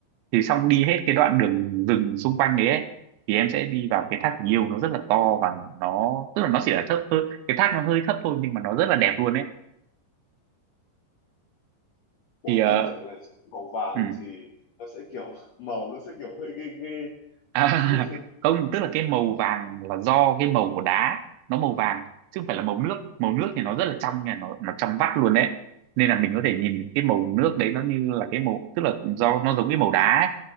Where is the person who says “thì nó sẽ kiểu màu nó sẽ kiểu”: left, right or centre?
Left